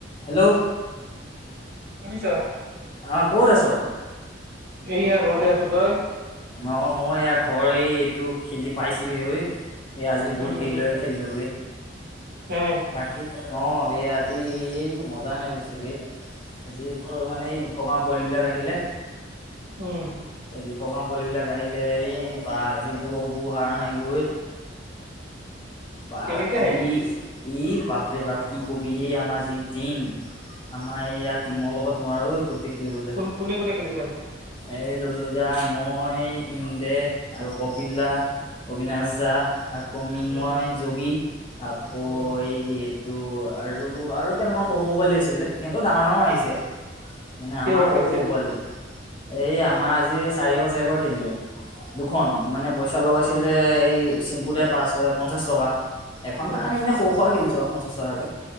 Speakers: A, on the left (about 25°); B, on the right (about 55°).
A: Hello
B: শুনিছ
A: অ কত আছ
B: এইয়া ঘৰতে আছো তই
A: অ মই এ ঘৰ এই এইটো খেলি পাইছো সেই এই আজি বহুত
B: উম
A: দেৰি ল খেলিলো
B: হে
A: বাকী অ ব আজি এই মজা মজিছে বত আজি মানে এই খগাঁৰ পোৱালিবিলাক আহিলে
B: উম
A: এই খগা পোৱলিবিলাক আহিলে এই পা যি গুহাৰণ হাৰিলো বাকী
B: কেনেকে হাৰিলি?
A: এই বাপৰে বাপ কি কবি সেই আমাৰ যি টিম আমাৰ এইয়া টিমৰ লগত নোৱাৰো দেখিবলৈ
B: কোন
A: হে
B: কোনে কোনে খেলিছে আজি?
A: এই লল যা মই ইন্দে আৰু কপিলা অবিনাশ যাহ আকৌ মৃন্ময়
B: উম
A: যোগী আকৌ
B: উম
A: এই এইটো আৰু আৰু তেয়া তোমাৰ সৰু সৰু পোৱালি আছিলে সিহঁতৰ ডাঙৰ ডাঙৰ আহিছে মানে
B: কেইবাৰ
A: আমাৰ সৰু
B: খেল
A: সৰু
B: খেলিলি?
A: পোৱালি এই আমাৰ আজি চাৰি বছৰ খেলিলো দুখন মানে পইচা লগাইছিলে এই চিম্পু দাই পাঁচ পঞ্চাশ টকা এখন
B: উম
A: মান আমি এনেই সৰু সুৰা খেলিছো আৰু পঞ্চাছ টকাকে